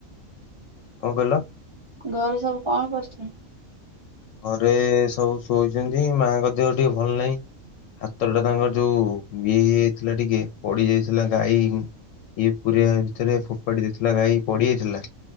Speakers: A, on the left; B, on the right.
A: କଣ କହିଲ?
B: ଘରୁ ସବୁ କଣ କରୁଛନ୍ତି?
A: ଘରେ ସବୁ ଶୋଇଛନ୍ତି ମାଙ୍କ ଦେହ ଟିକେ ଭଲ ନାହିଁ। ହାତ ଟା ତାଙ୍କର ଯୋଉ ଇଏ ହେଇଯାଇଥିଲା ଟିକେ ପଡି ଯାଇଥିଲା ଗାଈ ଇଏ ପୁରୀଆ ଭିତରେ ଫୋପାଡି ଦେଇଥିଲା ଗାଈ ପଡିଯାଇଥିଲା।